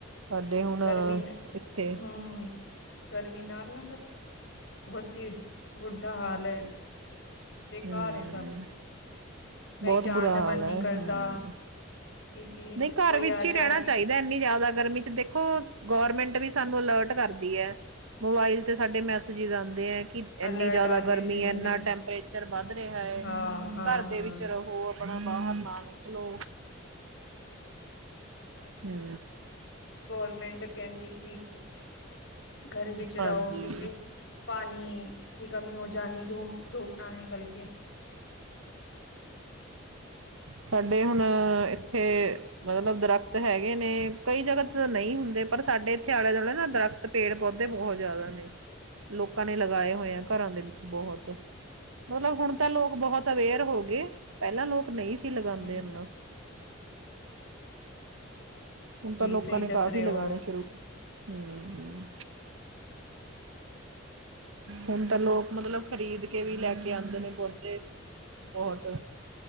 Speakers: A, on the right; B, on the left.
A: ਸਾਡੇ ਹੁਣ
B: ਗਰਮੀ
A: ਇੱਥੇ
B: ਹਮ ਗਰਮੀ ਨਾਲ ਨਾ ਬਸ ਬਹੁਤ ਹੀ ਵੁਡਾ ਹਾਲ ਐ। ਬੇਕਾਰ
A: ਹਮ
B: ਹੈ ਸਭ ਕਈ
A: ਬਹੁਤ
B: ਜਾਣ
A: ਬੁਰਾ
B: ਦਾ
A: ਹਾਲ
B: ਮਨ ਨੀ
A: ਹੈ
B: ਕਰਦਾ।
A: ਹਮ
B: ਕਿਸੀ
A: ਨਹੀਂ ਘਰ
B: ਕੋਈ
A: ਵਿੱਚ
B: ਆ ਜਾਏ
A: ਹੀ ਰਹਿਣਾ ਚਾਹੀਦਾ ਇੰਨੀ ਜ਼ਿਆਦਾ ਗਰਮੀ ਦੇਖੋ ਗੌਰਮੈਂਟ ਵੀ ਸਾਨੂੰ ਅਲਰਟ ਕਰਦੀ ਹੈ ਮੋਬਾਇਲ ਤੇ ਸਾਡੇ ਮੈਸਜ ਆਦੇ ਹੈ ਕਿ ਇੰਨੀ
B: ਅਲਰਟ
A: ਜ਼ਿਆਦਾ
B: ਆਤੇ
A: ਗਰਮੀ
B: ਸੇ ਨੀ
A: ਹੈ ਇੰਨਾ
B: ਮੈਂ
A: ਟੈਂਪਰੇਚਰ ਵੱਧ ਰਿਹਾ
B: ਹਾਂ ਹਾਂ
A: ਘਰ ਦੇ
B: ਹਾਂ
A: ਵਿੱਚ ਰਹੋ ਆਪਣਾ ਬਾਹਰ ਨਾ ਨਿਕਲੋ ਹੂੰ
B: ਗੌਰਮੈਂਟ ਕਹਿੰਦੀ ਸੀ ਕਿ ਘਰ ਵਿੱਚ ਰਹੋ
A: ਹਾਂਜੀ
B: ਕਿਉਂਕਿ ਪਾਣੀ ਦੀ ਕਮੀ ਹੋ ਜਾਣੀ ਧੂਮ ਧੁੱਪ ਨਾ ਨਿਕਲ ਕੇ
A: ਸਾਡੇ ਹੁਣ ਇੱਥੇ ਮਤਲਬ ਦਰਖਤ ਹੈਗੇ ਨੇ ਕਈ ਜਗ੍ਹਾ ਤੇ ਤਾਂ ਨਹੀਂ ਹੁੰਦੇ ਪਰ ਸਾਡੇ ਇੱਥੇ ਆਲੇ ਦੁਆਲੇ ਨਾ ਦਰਖਤ ਪੇੜ ਪੌਦੇ ਬਹੁਤ ਜ਼ਿਆਦਾ ਨੇ ਲੋਕਾਂ ਨੇ ਲਗਾਏ ਹੋਏ ਆ ਘਰਾਂ ਦੇ ਵਿੱਚ ਬਹੁਤ। ਮਤਲਬ ਹੁਣ ਤਾਂ ਲੋਕ ਬਹੁਤ ਅਵੇਅਰ ਹੋ ਗਏ ਪਹਿਲਾਂ ਲੋਕ ਨਹੀਂ ਸੀ। ਲਗਾਉਂਦੇ
B: ਲਗਾਉਣੇ
A: ਹਨ
B: ਚਾਹੀਦੇ, ਲੋਕਾਂ ਨੇ ਪੇੜ ਕਾਫੀ
A: ਨਾ।
B: ਲਗਾਏ
A: ਹੁਣ ਤਾਂ ਲੋਕਾਂ
B: ਜੀ ਸਹੀ
A: ਨੇ
B: ਦੱਸ
A: ਕਾਫੀ
B: ਰਹੇ
A: ਲਗਾਣੇ
B: ਹੋ
A: ਸ਼ੁਰੂ ਹੂ ਹੂ ਹੁਣ ਤਾਂ ਲੋਕ ਮਤਲਬ ਖਰੀਦ ਕੇ ਵੀ ਲੈ ਅਗੇ ਆਉਂਦੇ ਨੇ ਪੌਦੇ ਬਹੁਤ